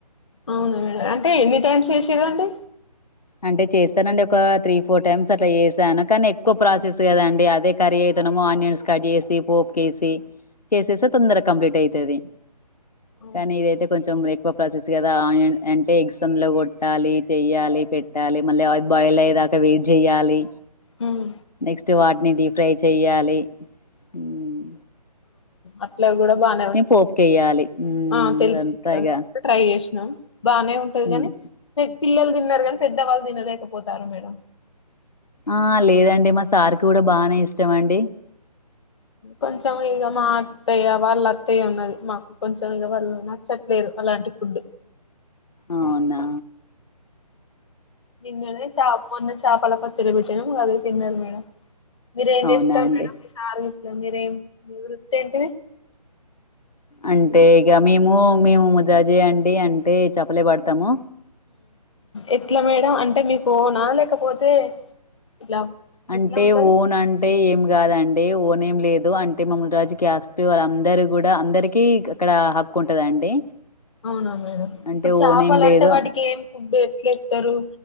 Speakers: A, on the left (about 45°); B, on the left (about 75°).
A: అవునా మేడం అంటే ఎన్ని టైమ్స్ చేసిరు అండి
B: అంటే చేస్తానండి ఒక త్రీ ఫోర్ టైమ్స్ అట్ల చేసాను కానీ ఎక్కువ ప్రాసెస్ కదండి అదే కర్రీ అయితనేమో ఆనియన్స్ కట్ చేసి పోప్కేసి చేసేస్తే తొందరగా కంప్లీట్ అయితది
A: ఆ
B: కానీ ఇదైతే కొంచెం ఎక్కువ ప్రాసెస్ కదా ఆనియన్ అంటే ఎగ్సం లో కొట్టాలి చెయ్యాలి పె పెట్టాలి మళ్ళీ అ బాయిల్ అయ్యేదాక వెయిట్ చేయాలి
A: మ్మ్
B: నెక్స్ట్ వాటిని డీ ఫ్రై చెయ్యాలి మ్మ్
A: అట్ల కూడా బానే ఉంటాయి
B: పోపుకేయాలి హ్మ్.
A: ఆ తెలుసు
B: అదంతా
A: మేడమ్
B: ఇగ
A: ట్రై చేసినాం బానే ఉంటది
B: హ్మ్.
A: కానీ పి పిల్లలు తిన్నారు కానీ పెద్దవాళ్ళు తినలేకపోతారు మేడం
B: ఆ లేదండి మా సార్కి కూడా బానే ఇష్టం అండి
A: కొంచెం ఇగ మా అత్తయ్య వాళ్ళత్తయ్య ఉన్నది మాకు కొంచెం ఇగ వళ్ళు చెట్లేదు అలాంటి ఫుడ్డు
B: అవునా
A: తిన్నలే చా మొన్న చేపల పచ్చడి పెట్టినం అదే తిన్నది మేడం మీరేం
B: అవునా
A: చేస్తారు
B: అండి
A: మేడం ఈ సార్ విట్లో మీరేం మీ వృత్తేంటి
B: అంటే ఇగ మేము మేము ముజాజే అండి అంటే చెపలే పడతాము
A: ఎట్ల మేడం అంటే మీకు ఓనా లేకపోతే ఇట్లా
B: అంటే
A: ఎట్లా ఉంటది?
B: ఓన్ అంటే ఏం గాదండి ఓనేం లేదు అంటే మా ముని రాజు కాస్ట్ వాళ్ళందరు గూడా అందరికీ అక్కడ హక్కు ఉంటదండి
A: అవునా మేడం
B: అంటే
A: ఇప్పుడు చాపలంటే
B: ఓన్ ఏం లేదు
A: వాటికేం ఫుడ్ ఎట్లేత్తరు